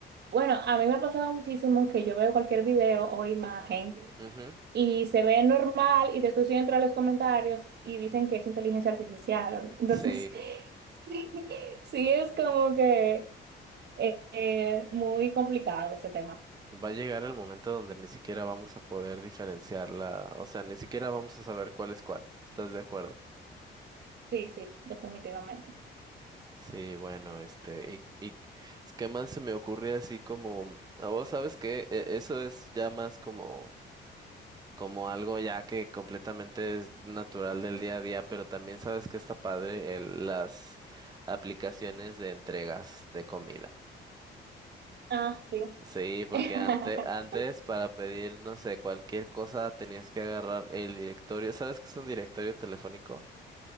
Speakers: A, on the right; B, on the right.
A: Bueno, a mí me ha pasado muchísimo que yo veo cualquier video o imagen
B: Ujú, ujú.
A: y se ve normal y después yo entro a los comentarios y dicen que es inteligencia artificial. Entonces,
B: Sí,
A: <laughs> sí, sí es como que... Eh, eh, muy complicado ese tema.
B: va a llegar el momento donde ni siquiera vamos a poder diferenciarla, o sea, ni siquiera vamos a saber cuál es cuál. ¿Estás de acuerdo?
A: Sí, sí, definitivamente.
B: Sí, bueno, este, y, y ¿qué más se me ocurre así como, mm, a vos sabes que eso es ya más como, como algo ya que completamente es natural del día a día, pero también sabes que está padre el, las aplicaciones de entregas de comida.
A: Ah, sí.
B: Sí, porque
A: <laughs>
B: antes, antes para pedir, no sé, cualquier cosa tenías que agarrar el directorio. ¿Sabes qué es un directorio telefónico?